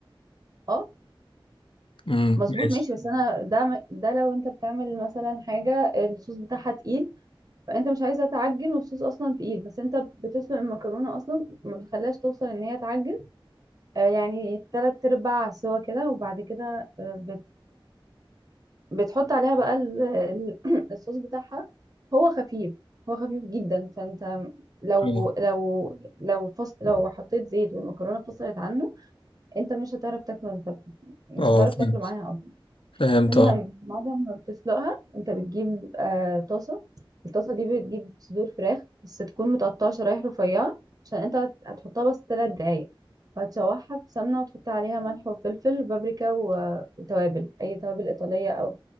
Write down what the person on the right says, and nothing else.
اه
مظبوط
ماشي بس انا ده م- ده لو انت بتعمل مثلا حاجه الصوص بتاعها تقيل فانت مش عايزها تعجن والصوص اصلا تقيل بس انت بتسلق المكرونه اصلا ما بتخليهاش توصل ان هي تعجن آه، يعني تلات ارباع سوا كده وبعد كده آه، بت بتحط عليها بقى ال- ال- <clears throat> الصوص بتاعها هو خفيف هو خفيف جدا فانت لو
لو لو فص لو حطيت زيت والمكرونه فصلت عنه انت مش هتعرف تاكله انت مش
هتعرف
تاكله معاها
المهم
بعد ما بتسلقها انت بتجيب آه طاسة الطاسة دي بتجيب صدور فراخ بس تكون متقطعة شرايح رفيعة عشان انت هت- هتحطها بس تلات دقايق وهتشوحها في سمنة وتحط عليها ملح وفلفل وبابريكا و... وتوابل أي توابل إيطالية أو